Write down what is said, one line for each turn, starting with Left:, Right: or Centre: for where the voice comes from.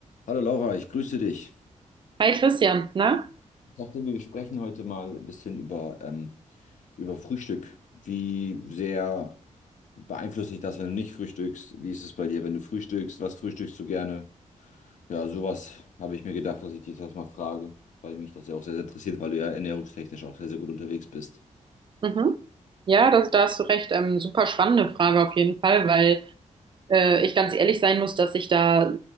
Left: Hallo Laura, ich grüße dich.
Right: Hi Christian, na?
Left: Ich dachte, wir sprechen heute mal ein bisschen über, ähm, über Frühstück. Wie sehr beeinflusst dich das, wenn du nicht frühstückst? Wie ist es bei dir, wenn du frühstückst? Was frühstückst du gerne? Ja, sowas habe ich mir gedacht, dass ich dich das mal frage, weil mich das ja auch sehr, sehr interessiert, weil du ja ernährungstechnisch auch sehr, sehr gut unterwegs bist.
Right: Mhm. Ja, das, da hast du recht. Ähm, super spannende Frage auf jeden Fall, weil äh, ich ganz ehrlich sein muss, dass ich da